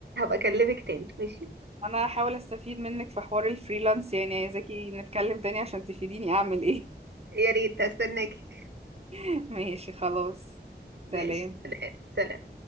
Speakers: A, on the right; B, on the right.
A: اكلمك تاني ماشي
B: انا هحاول استفيد منك في حوار الفريلانس يعني عايزاكي نتكلم تاني عشان تفيديني اعمل ايه
A: يا ريت هستناكي
B: <laughs> ماشي خلاص
A: ماشي
B: سلام
A: سلام سلام